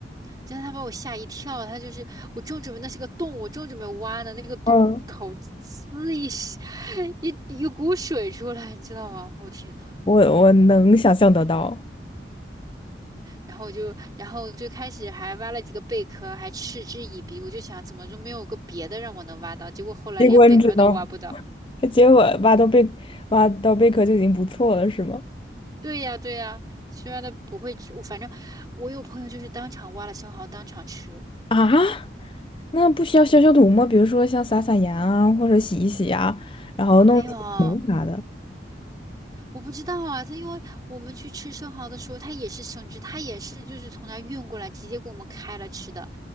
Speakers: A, on the right (about 20°); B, on the left (about 30°).
A: 真的，他把我吓一跳，他就是我正准备那是个洞，我正准备挖的那个洞口呲一
B: 嗯，
A: <laughs> 一一股水出来，你知道吗？我天呐！
B: 我我能想象得到，
A: 然后我就，然后最开始还挖了几个贝壳，还嗤之以鼻。我就想，怎么就没有个别的让我能挖到？结果后来连贝壳都挖不到。
B: 结果你只能，结果挖到贝挖到贝壳就已经不错了，是吗？
A: 对呀，对呀，虽然它不会吃，我反正我有朋友就是当场挖了生蚝，当场吃，
B: 啊，那不需要消消毒吗？比如说像撒撒盐啊，或者洗一洗啊，然后弄一些盐啥的。
A: 没有。我不知道啊，他因为我们去吃生蚝的时候，他也是生吃，他也是就是从那儿运过来，直接给我们开了吃的。